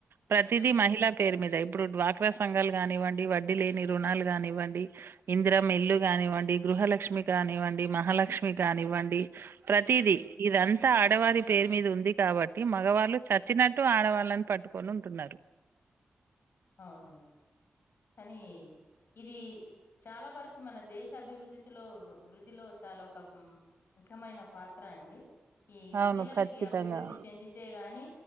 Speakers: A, on the right (about 75°); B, on the left (about 70°).
A: ప్రతిదది
B: హ్మ్
A: మహిళా పేరు మీద ఇప్పుడు డ్వాక్రా సంఘాలు కానివ్వండి వడ్డీ లేని రుణాలు కానివ్వండి ఇందిరం ఎల్లు కానివ్వండి గృహలక్ష్మి కానివ్వండి మహాలక్ష్మి కానివ్వండి ప్రతీదీ
B: హ్మ్
A: ఇదంత అంత ఆడవారి పేరు మీద ఉంది కాబట్టి మగవాళ్ళు చచ్చినట్టు ఆడవాళ్ళని పట్టుకొని ఉంటున్నారు
B: అవునండి కానీ ఇది చాలా వరకు మన దేశ అభివృద్ధిలో వృద్ధిలో చాలా ఒక ముఖ్యమైన పాత్ర అండి ఈ
A: అవును.
B: మహిళలకి
A: ఖచ్చితంగా.
B: అభివృద్ధి చెందితే గాని